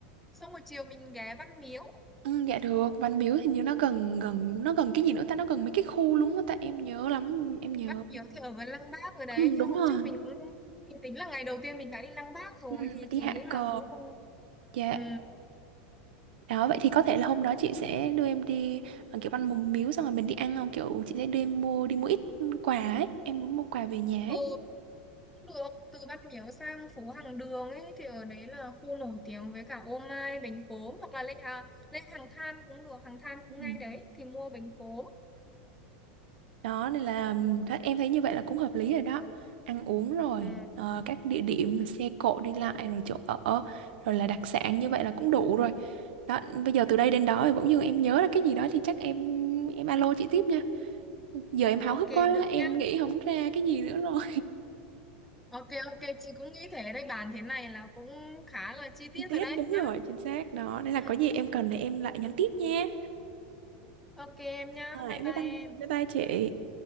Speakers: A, in the centre; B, on the right (about 65°).
A: xong buổi chiều mình ghé Văn Miếu
B: Ừ, dạ được Văn Miếu thì như nó gần gần nó gần cái gì nữa ta nó gần mấy cái khu luôn á ta em nhớ lắm em nhớ
A: Văn Miếu thì ở gần Lăng Bác rồi đấy
B: ừ,
A: nhưng
B: đúng
A: hôm
B: rồi
A: trước mình cũng mình tính là ngày đầu tiên mình đã đi Lăng Bác rồi
B: Ừ, mình
A: thì
B: đi
A: chị
B: hạ
A: nghĩ là
B: cờ
A: cũng không
B: dạ
A: ừ
B: đó vậy thì có thể là hôm đó chị sẽ đưa em đi ờ, kiểu ăn mùng miếu xong rồi mình đi ăn không kiểu chị sẽ đưa em mua đi mua ít quà ấy em muốn mua quà về nhà
A: ừ
B: ấy
A: được từ Văn Miếu sang phố Hàng Đường ấy thì ở đấy là khu nổi tiếng với cả ô mai bánh cốm hoặc là lên à, lên Hàng Than cũng được Hàng Than cũng
B: Ừ.
A: ngay đấy thì mua bánh cốm
B: đó nên là ừm, đó, em thấy như vậy là cũng hợp lý rồi đó ăn uống rồi
A: ừ.
B: ờ, các địa điểm xe cộ đi lại rồi chỗ ở rồi là đặc sản như vậy là cũng đủ rồi đó bây giờ từ đây đến đó thì bỗng dưng em nhớ ra cái gì đó thì chắc em em alo chị tiếp nha giờ em háo
A: Ok
B: hức quá
A: được
B: em
A: nhá
B: nghĩ không ra cái gì nữa rồi
A: Ok ok chị cũng nghĩ thế đấy bàn thế này là cũng khá là chi
B: chi
A: tiết
B: tiết
A: rồi đấy
B: đúng
A: nhá
B: rồi chính xác đó nên là
A: ừ.
B: có gì em cần thì em lại nhắn tiếp nha
A: Ok em nhá
B: rồi
A: bye
B: bye
A: bye
B: bye
A: em
B: bye bye chị